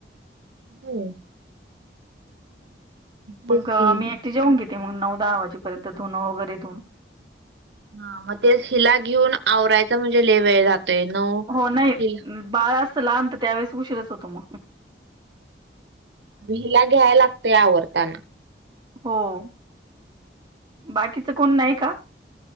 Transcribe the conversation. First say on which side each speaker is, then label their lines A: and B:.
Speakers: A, on the right (about 75°); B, on the right (about 25°).
A: हम्म. तेच
B: मंग
A: की
B: मी ऐकटी जेवून घेते, मग नऊ, दहा वाजेपर्यंत धुण वगैरे धुऊन.
A: हा, मग तेच हिला घेऊन आवरायच म्हणजे लय वेळ जातोय. ते नऊ
B: हो, नाही
A: हिला
B: बाळ असतं लहान तर, त्यावेेळेस उशीरच होतो मग.
A: हिला घ्याय लागतय आवरताना.
B: हो, बाकीच कोण नाही का?